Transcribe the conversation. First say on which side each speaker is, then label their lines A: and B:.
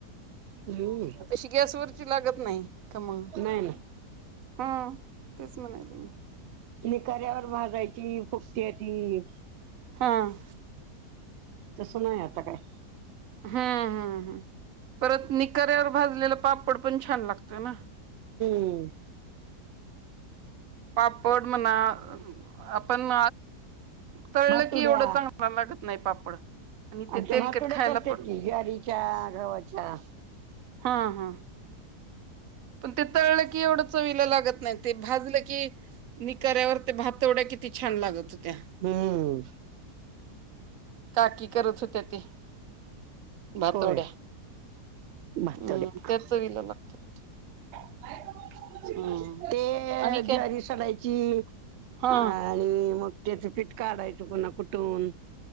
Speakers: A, on the right (about 80°); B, on the right (about 60°).
A: हम्म
B: तशी गॅसवरची लागत नाही खमंग.
A: नाही ना
B: हां, तेच म्हणायले मी.
A: निकाऱ्यावर भाजायची फुगत्याती.
B: हां.
A: तसं नाही आता काय.
B: हां, हां, हां. परत निकाऱ्यावर भाजलेला पापड पण छान लागतोय ना.
A: हम्.
B: पापड म्हणा, आपण तळलं
A: भातुड्या
B: की एवढं चांगला लागत नाही पापड. आणि
A: आमच्या
B: ते तेलकट
A: भातोड्या
B: खायला
A: करत्यात
B: पण
A: की ज्वारीच्या, गव्हाच्या,
B: हां, हां. पण ते तळल की एवढ चवीला लागत नाही ते भाजलं की निकाऱ्यावर ते भातवड्या किती छान लागत. होत्या
A: हम्म.
B: काकी करत होत्या ते. भातोड्या.
A: होय भातुड्या
B: हम्. त्या चविला लागतात.
A: <inaudible>
B: हम्म
A: ते
B: आणि काय
A: ज्वारी सडायची,
B: हा
A: आणि मग त्याचा पिट काढायचं पुन्हा कुठून